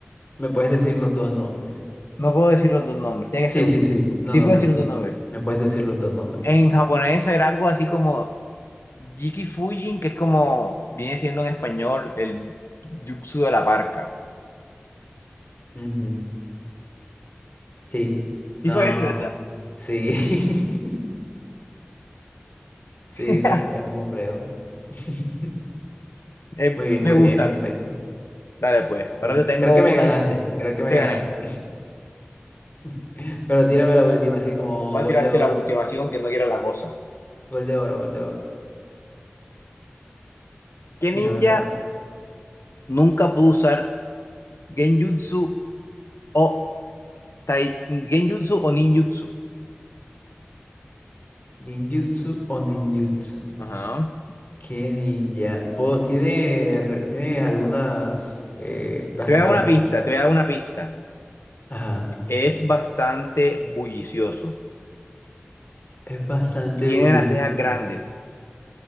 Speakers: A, on the left (about 45°); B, on the left (about 85°).
A: Me puedes decir los dos nombres.
B: No puedo decir los dos nombres, tiene
A: Sí,
B: que ser uno.
A: sí, sí. No,
B: Sí
A: no,
B: puedo
A: sí,
B: decir los
A: sí.
B: dos nombres.
A: Me puedes decir los dos nombres.
B: En
A: Sí.
B: japonés era algo así como Jiki Fujin, que es como viene siendo en español el Jutsu de la Parca.
A: Ujú. Sí.
B: Sí
A: No.
B: fue ese, ¿verdad?
A: Sí. <laughs> Sí,
B: <laughs>
A: complejo, complejo. <laughs>
B: Eh,
A: Muy bien,
B: me
A: muy
B: gusta.
A: bien, perfecto.
B: Dale, pues.
A: Perfecto.
B: Ahora te tengo
A: Creo que me
B: una.
A: ganaste, creo que me
B: Te
A: ganaste.
B: gané.
A: <laughs> Pero tírame la última, así como
B: Voy
A: gol
B: a tirarte
A: de oro,
B: la última, así que no quiera la cosa.
A: gol de oro, gol de oro.
B: ¿Qué ninja
A: Mira, me pa-
B: nunca pudo usar Genjutsu o Tai- Genjutsu o ninjutsu.
A: Ninjutsu o ninjutsu.
B: Ajá.
A: ¿Qué ninja? Puedo- tiene, re- tiene algunas eh, las
B: Te
A: respuestas.
B: voy a dar una pista, te voy a dar una pista.
A: Ajá.
B: Es bastante bullicioso
A: Es bastante
B: y tiene
A: buenísimo.
B: las cejas grandes,